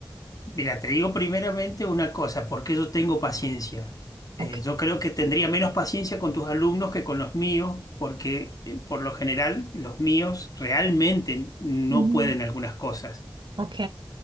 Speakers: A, on the left; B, on the right.
A: mira, te digo primeramente una cosa, porque yo tengo paciencia. Eh,
B: Ok.
A: yo creo que tendría menos paciencia con tus alumnos que con los míos, porque eh, por lo general los míos realmente no
B: Ujú.
A: pueden algunas cosas.
B: Ok.